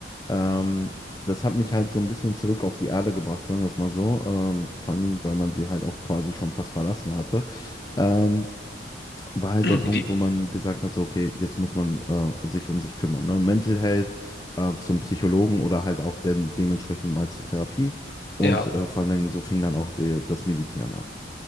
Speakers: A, on the left; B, on the left.
A: Ähm, das hat mich halt so ein bisschen zurück auf die Erde gebracht, sagen wir es mal so. Ähm, vor allen Dingen, weil man sie halt auch quasi schon fast verlassen hatte. Ähm, war halt
B: <clears throat>
A: der Punkt,
B: Wie,
A: wo man gesagt hat, so, okay, jetzt muss man äh, sich um sich kümmern. Ne? Mental Health äh, zum Psychologen oder halt auch dann dementsprechend mal zur Therapie. Und
B: ja.
A: äh, vor allen Dingen so fing dann auch der, das Meditieren an.